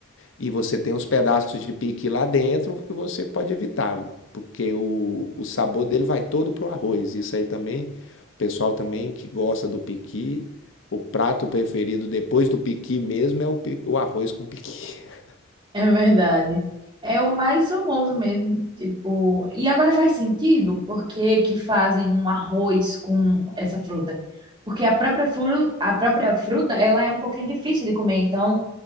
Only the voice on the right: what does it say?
É verdade. É o mais famoso mesmo, tipo. E agora faz sentido por que que fazem um arroz com essa fruta? Porque a própria fruta, a própria fruta, ela é um pouquinho difícil de comer, então